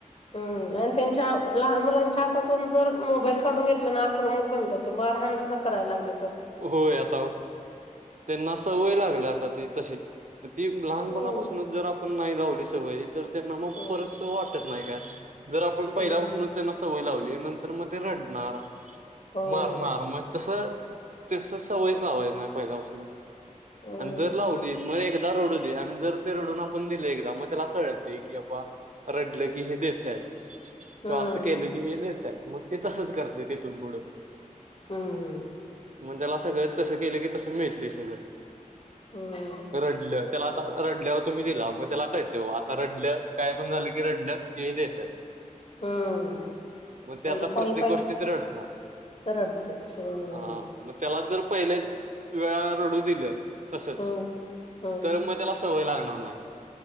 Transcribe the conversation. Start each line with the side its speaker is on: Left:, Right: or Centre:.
Left: हम्म आणि त्यांच्या लहान मुलांच्या हातातून जर मोबाईल काढून घेतल्या ना आक्रमक बनतात मारहण सुद्धा करायला लागले
Right: होय आता त्यांना सवय लागली आता ती तशी मग ती लहानपणापासूनच
Left: हम्म.
Right: जर आपण नाही लावली सवय तर त्यांना मग
Left: हम्म
Right: परत वाटत नाही काय जर आपण पहिल्यापासूनच
Left: हम्म
Right: त्यांना सवय लावली नंतर मग ते रडणार
Left: होय
Right: मार मार मग तस तस सवयच लावायचं नाही पहिल्यापासून
Left: हम्म
Right: आणि जर लावली म एकदा रडू दे आणि जर ते रडून आपण दिले एकदा मग त्याला कळेल दे की बाबा रडलं की हे देतायत
Left: हम्म
Right: किंवा अस केल की हे देतायत मग ते तसंच करते तेिथून पुढं
Left: हम्म
Right: मग त्याला असं ग <unintelligible> <unintelligible> त तसं केलं की तसं मिळते सगळ
Left: हम्म
Right: रडलं त्याला आता रडल्यावर तुम्ही दिला म्हणजे त्याला <unintelligible> कायच आता रडलं काय पण झालं की रडलं ते देतात
Left: हम
Right: मग ते
Left: म्हणजे
Right: आता
Left: काही
Right: प्रत्येक
Left: पाहिजे
Right: गोष्टीच
Left: असत
Right: रडणार
Left: तर रडतेच हम
Right: हा मग त्याला जर पहिल्या वेळा रडू दिले तसच
Left: हम्म. हम्म
Right: तर मग त्याला सवय लागणार नाही